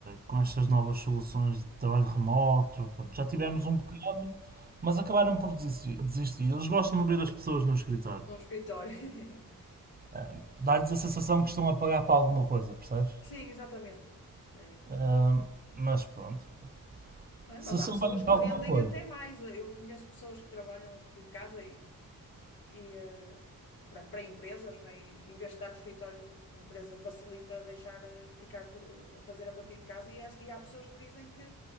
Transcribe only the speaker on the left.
Claro.
Num escritório. <laughs>
Sim, exatamente. É.
É,
mas há
pessoas
que
rendem
até mais. Eu conheço pessoas que trabalham a partir de casa e e eh, para, para empresas, não é? E Em vez de estar no escritório, a empresa facilita deixar eh, ficar por, a fazer a partir de casa e, é- e há pessoas que dizem que,